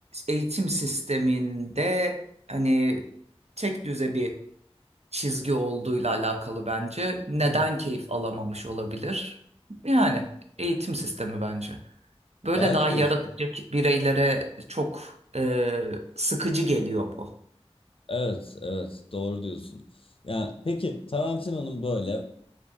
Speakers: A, on the right (about 80°); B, on the left (about 55°).
A: eğitim sisteminde hani tek düze bir çizgi olduğuyla alakalı bence. Neden
B: Hı hı.
A: keyif alamamış olabilir? Yani eğitim sistemi bence. Böyle
B: Belki
A: daha
B: de
A: yaratıcı
B: işte.
A: bireylere çok e, sıkıcı geliyor bu.
B: Evet, evet, doğru diyorsun. Ya peki Tarantino'nun böyle